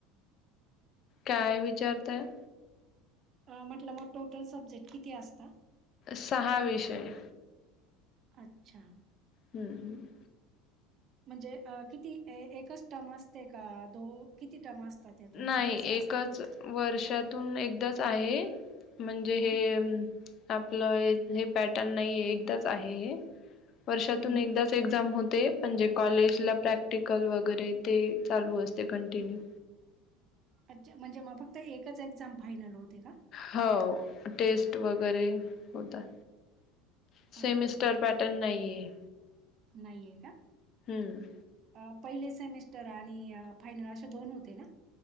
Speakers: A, on the left; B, on the right.
A: काय विचारताय?
B: अ म्हटलं म टोटल सब्जेक्ट किती असता?
A: सहा विषय.
B: अच्छा,
A: हं म्,
B: म्हणजे अ किती ए, एकच टम असते का, दो किती टम असतात? त्या तुमच्या?
A: नाही
B: कसं
A: एकच
B: असतं ते?
A: वर्षात तुन एकदाच आहे, म्हणजे
B: हं,
A: हे आपलं एक हे पॅटर्न नाहीे एकदाच आहे हे, वर्षातून
B: हं.
A: एकदाच चं एक्झाम होते, म्हणजे कॉलेजला प्रॅक्टिकल वगैरे ते चालू असतंय कंटिन्यू.
B: अच्छा म्हणजे म फक्त एकच एक्झाम फायनल होते का?
A: हो, टेस्ट वगैरे होतात. सेमिस्टर
B: अच्छा, अच्छा.
A: पॅटर्न नाहीये हे,
B: नाहीये का?
A: हम्म.
B: अ पहिले सेमिस्टर आणि फायनल अशे दोन होते ना?